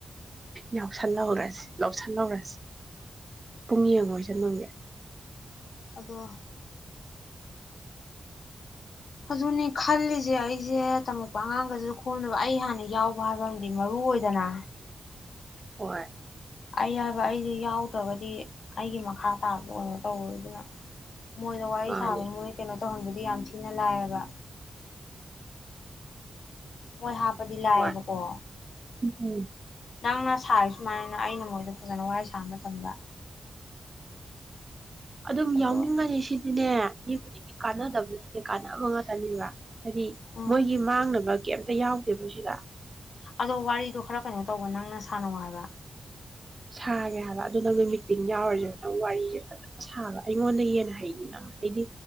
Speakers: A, on the right; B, on the left.
A: ꯌꯥꯎꯁꯥꯟ ꯂꯧꯧꯔꯁꯤꯦ ꯂꯧꯎꯁꯥꯟꯅꯕꯧꯔꯁꯤꯦ ꯄꯨꯡ ꯌꯦꯡ ꯑꯃ ꯑꯣꯏꯁ ꯃꯪꯗꯦ
B: ꯑꯗꯣ ꯑꯗꯨꯅꯦ ꯈꯜꯂꯤꯁꯦ ꯑꯩꯁꯦ ꯇꯝꯃꯛꯄ ꯑꯉꯥꯡꯒꯗꯨꯁꯨ ꯈꯣꯡꯝꯗꯕ ꯑꯩ ꯍꯥꯟꯅ ꯌꯥꯎꯕ ꯍꯥꯏꯕꯝ ꯃꯔꯨ ꯑꯣꯏꯗꯅ
A: ꯍ
B: ꯑꯩ ꯍꯥꯏꯕ ꯑꯩꯁ ꯌꯥꯎꯗ꯭ꯔꯒꯗꯤ ꯑꯩꯒꯤ ꯃꯈꯥ ꯇꯥꯕ ꯑꯣꯏꯅ ꯇꯧꯋꯦ ꯑꯗꯨꯅ ꯃꯣꯏꯗ ꯋꯥꯔꯤ
A: ꯃꯥꯅꯦ
B: ꯁꯥꯕ ꯃꯣꯏ ꯀꯩꯅꯣ ꯇꯧꯍꯟꯕꯗꯤ ꯌꯥꯝ ꯊꯤꯅ ꯂꯥꯏꯑꯕ ꯃꯣꯏ ꯍꯥꯞ ꯀꯗꯤ ꯂꯥꯛꯑꯦꯕꯀꯣ
A: ꯍꯣꯏ ꯎꯝ
B: ꯅꯪꯅ ꯁꯥꯔꯤ ꯁꯨꯃꯥꯏꯅ ꯑꯩꯅ ꯃꯣꯏꯗ ꯐꯖꯅ ꯋꯥꯔꯤ ꯁꯥꯕ ꯃꯇꯝꯗ
A: ꯑꯗꯨꯝ
B: ꯑꯗꯣ
A: ꯌꯥꯎꯅꯤꯡꯉꯅꯤ ꯁꯤ ꯁꯤꯅꯦ ꯃꯤ ꯈꯨꯗꯤꯡꯒꯤ ꯀꯥꯟꯅꯗꯕꯗꯦ ꯀꯥꯟꯅꯕ ꯉꯥꯛꯇꯅꯦꯕ ꯍꯥꯏꯗꯤ
B: ꯎꯝ
A: ꯃꯣꯏꯒꯤ ꯃꯥꯡꯅꯕ ꯀꯦꯝꯇ ꯑꯝꯇ ꯌꯥꯎꯗꯦꯕ ꯁꯤꯔ
B: ꯑꯗꯣ ꯋꯥꯔꯤꯗꯨ ꯈꯔ ꯀꯩꯅ ꯇꯧꯕ ꯅꯪꯅ ꯁꯥꯟꯅꯧ ꯍꯥꯏꯕ
A: ꯁꯥꯒꯦ ꯍꯥꯏꯕ ꯑꯗꯨꯣ ꯅꯪꯁꯨ ꯃꯤꯇꯤꯡ ꯌꯥꯎꯔꯨꯁꯦꯕ ꯅꯪ ꯋꯥꯔꯤꯁꯦ ꯐꯖꯅ ꯁꯥꯕ ꯑꯩꯉꯣꯟꯗꯩ ꯍꯦꯟꯅ ꯍꯩꯅꯤ